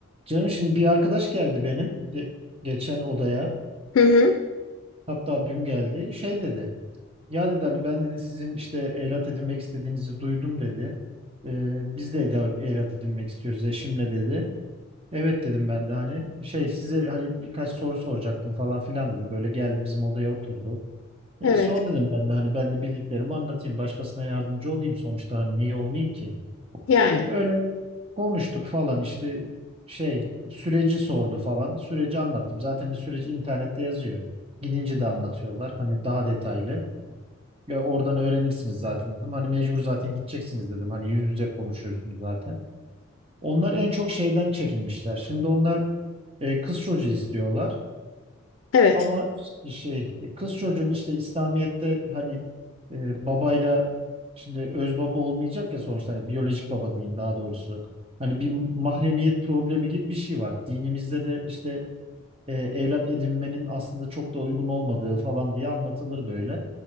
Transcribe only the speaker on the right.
Canım şimdi bir arkadaş geldi benim ge- geçen odaya.
Hatta dün geldi. Şey dedi. Ya dedi hani ben dedi sizin işte evlat edinmek istediğinizi duydum dedi. "Ee, biz de eda- evlat edinmek istiyoruz eşimle dedi. Evet dedim ben de hani şey size hani birkaç soru soracaktım falan filan dedi. Böyle geldi bizim odaya oturdu. "E,
sor dedim ben de hani ben de bildiklerimi anlatayım. Başkasına yardımcı olayım sonuçta hani niye olmayayım ki?
Öyle Konuştuk falan işte şey süreci sordu falan. Süreci anlattım. Zaten bir süreci internette yazıyor. Gidince de anlatıyorlar. Hani daha detaylı. Ya oradan öğrenirsiniz zaten dedim. Hani mecbur zaten gideceksiniz dedim. Hani yüz yüze konuşuyorsunuz zaten. Onlar en çok şeyden çekinmişler. Şimdi onlar e, kız çocuğu istiyorlar.
Ama işte şey e, kız çocuğun işte İslamiyet'te hani e, babayla şimdi öz baba olmayacak ya sonuçta hani biyolojik baba diyeyim daha doğrusu. Hani bir mahremiyet problemi gibi bir şey var. Dinimizde de işte e, evlat edinmenin aslında çok da uygun olmadığı falan diye anlatılır böyle.